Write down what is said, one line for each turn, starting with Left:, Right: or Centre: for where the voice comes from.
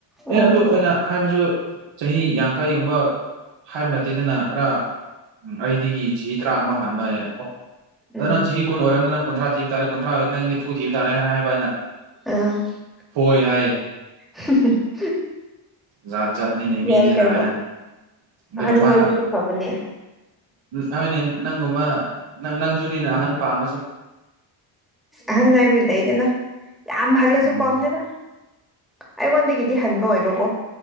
Right: ꯑꯦ
Centre: ꯎꯝ
Right: ꯑꯗꯨ ꯑꯩꯅ ꯍꯥꯏꯕꯁꯨ ꯆꯍꯤ ꯌꯥꯡꯈꯩꯒꯨꯝꯕ ꯍꯥꯏꯕ ꯅꯠꯇꯦꯗꯅ ꯈꯔ ꯎꯝ ꯑꯩꯗꯒꯤ ꯆꯍꯤ ꯇꯔꯥ ꯑꯃ ꯍꯥꯟꯕ ꯑꯣ ꯑꯗꯨꯗ
Centre: ꯎꯝ
Right: ꯅꯪ ꯆꯍꯤ ꯀꯨ ꯑꯣꯏꯔꯕꯅꯤ ꯅ ꯀꯨꯟꯊ꯭ꯔꯥꯤꯕ ꯇꯥꯔ ꯀꯨꯟ꯭ꯔꯥꯔꯅꯤ ꯅꯪ ꯅꯤꯐꯨ ꯊꯤꯕ ꯇꯥꯔ ꯍꯥꯏꯅ ꯍꯥꯏꯕ ꯑꯩꯅ
Centre: ꯑ
Right: ꯍꯣꯏ ꯍꯥꯏꯌꯦ ꯖꯥꯠ ꯖꯥꯠꯅꯤꯅꯦ ꯃꯤꯁꯤꯅ
Centre: ꯌꯥꯏ ꯀꯩꯅꯣ
Right: ꯍꯥꯏꯅ ꯑꯗꯨꯒ
Centre: ꯑꯍꯟ
Right: ꯃꯥꯅ
Centre: ꯀꯣꯏꯕꯁꯨ ꯐꯕꯅꯦ
Right: ꯑꯩꯣꯏꯅꯦ ꯅꯪꯒꯨꯝꯕ ꯅ ꯅꯪꯁꯨꯅꯤꯅ ꯑꯍꯟ ꯄꯥꯝꯃꯁꯦ
Centre: ꯑ ꯅꯕꯨꯗꯗꯅ ꯌꯥꯝ ꯐꯜꯁꯨ
Right: ꯎꯝ
Centre: ꯄꯝꯅꯦꯕ ꯑꯩꯉꯣꯟꯗꯒꯤꯗꯤ ꯍꯟꯕ ꯑꯣꯏꯕꯀꯣ